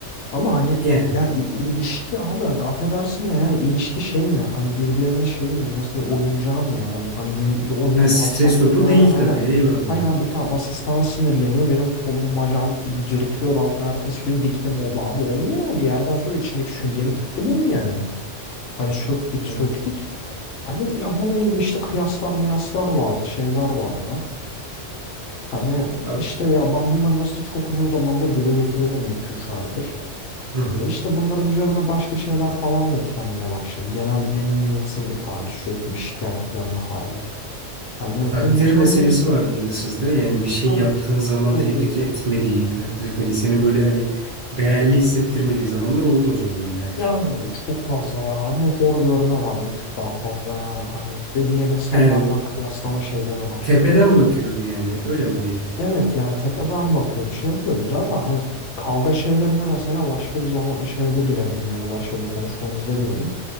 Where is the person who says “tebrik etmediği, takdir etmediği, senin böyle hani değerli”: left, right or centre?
Right